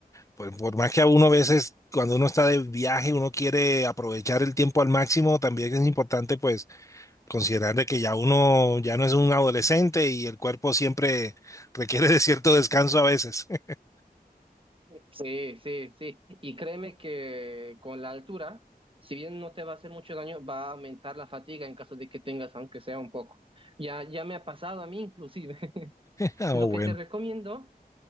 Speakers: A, on the left (about 20°); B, on the right (about 35°).
A: pues, por más que a uno a veces, cuando uno está de viaje, uno quiere aprovechar el tiempo al máximo, también es importante, pues, considerar de que ya uno ya no es un adolescente y el cuerpo siempre requiere de cierto descanso a veces. <laughs>
B: Sí, sí, sí. Y créeme que con la altura, si bien no te va a hacer mucho daño, va a aumentar la fatiga en caso de que tengas, aunque sea un poco. Ya, ya me ha pasado a mí inclusive.
A: Ah,
B: Lo
A: bueno.
B: que te recomiendo